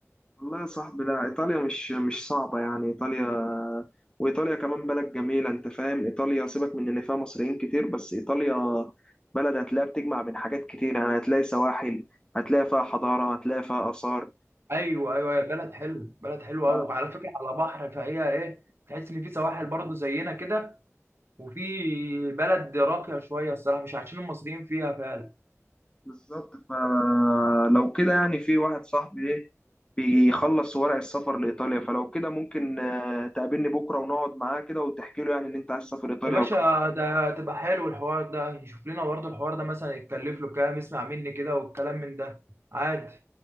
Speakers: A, on the left; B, on the right.
A: والله يا صاحبي لا إيطاليا مش مش صعبة يعني إيطاليا وإيطاليا كمان بلد جميلة أنت فاهم إيطاليا سيبك من إن فيها مصريين كتير بس إيطاليا بلد هتلاقي بتجمع بين حاجات كتير يعني هتلاقي سواحل هتلاقي فيها حضارة هتلاقي فيها آثار
B: ايوه ايوه يا بلد حلو بلد حلوه
A: ف...
B: قوي وعلى فكره على بحر فهي ايه تحس ان في سواحل برضه زينا كده وفي بلد راقية شوية الصراحة مش عايشين المصريين فيها فعلا
A: بالظبط فلو كده يعني في واحد صاحبي ايه بيخلص ورق السفر لإيطاليا فلو كده ممكن آه، تقابلني بكرة ونقعد معاه كده وتحكي له يعني إن أنت عايز تسافر إيطاليا
B: يا باشا
A: وكده
B: ده تبقى حلو الحوار ده نشوف لنا برضه الحوار ده مثلا يتكلف له كام اسمع مني كده والكلام من ده عادي